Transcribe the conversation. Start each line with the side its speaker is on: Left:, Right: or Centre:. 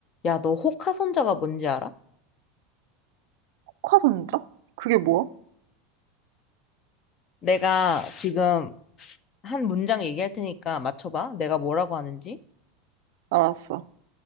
Left: 야, 너 호카손자가 뭔지 알아?
Right: 특화선적? 그게 뭐야?
Left: 내가 지금 한 문장 얘기할 테니까 맞춰봐. 내가 뭐라고 하는지.
Right: 알았어.